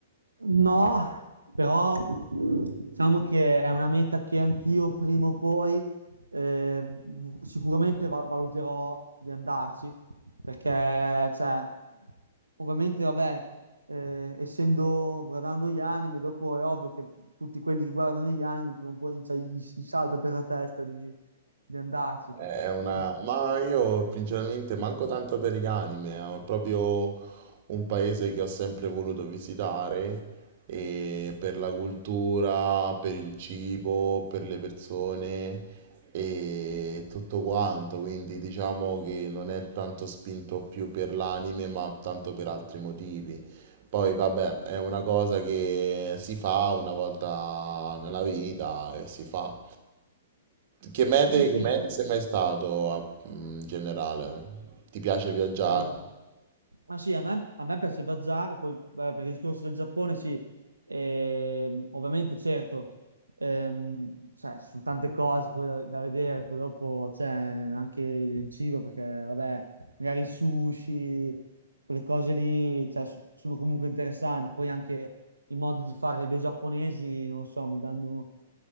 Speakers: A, on the right; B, on the right.
A: No, però diciamo che è una meta che anch'io prima o poi eh, sicuramente va- valuterò di andarci, perché cioè, ovviamente, vabbè, eh, essendo guardando gli anime, dopo è ovvio che tutti quelli che guardano gli anime per un po' gli, cioè, gli gli salta per la testa di, di andarci.
B: Eh, È una...
A: Anche-
B: Ma io principalmente manco tanto per gli anime, è proprio un paese che ho sempre voluto visitare e per la cultura, per il cibo, per le persone e tutto quanto, quindi diciamo che non è tanto spinto più per l'anime, ma tanto per altri motivi. Poi vabbè, è una cosa che si fa una volta nella vita e si fa. Che mete,
A: sì, sì,
B: che mete
A: son-
B: sei mai stato a- in generale? Ti piace viaggiare?
A: E- ah sì, a me, a me piace viaggiare, poi beh, per il discorso del Giappone sì, ehm, ovviamente certo, ehm, cioè, ci sono tante cose poi da, da vedere, poi dopo c'è anche il cibo perché vabbè, magari sushi, quelle cose lì, cioè, so- sono comunque interessanti. Poi anche i modi di fare dei giapponesi, non lo so, mi danno,